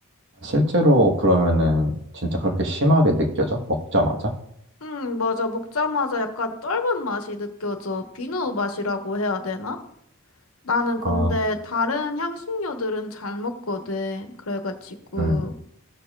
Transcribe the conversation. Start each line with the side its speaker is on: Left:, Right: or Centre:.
Right: 실제로 그러면은 진짜 그렇게 심하게 느껴져? 먹자마자?
Left: 음, 맞아. 먹자마자 약간 떫은 맛이 느껴져. 비누 맛이라고 해야 되나? 나는 근데
Right: 아,
Left: 다른 향신료들은 잘 먹거든. 그래가지고
Right: 음,